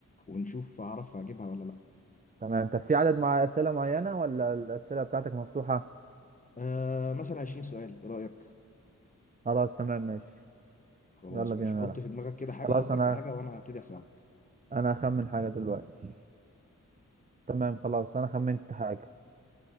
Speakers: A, on the left (about 25°); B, on the right (about 25°).
A: ونشوف هعرف اجيبها ولا لا
B: تمام طب في عدد مع أسئلة معينة ولا الأسئلة بتاعتك مفتوحة
A: آه مثلا 20 سؤال ايه رايك
B: خلاص تمام ماشي
A: خلاص
B: يلا
A: ماشي
B: بينا
A: حط
B: نلعب
A: في دماغك كده حاجه
B: خلاص
A: فكر
B: انا
A: في حاجه وانا هبتدي اسالك
B: انا هخمن حاجة دلوقتي تمام خلاص انا خمنت حاجة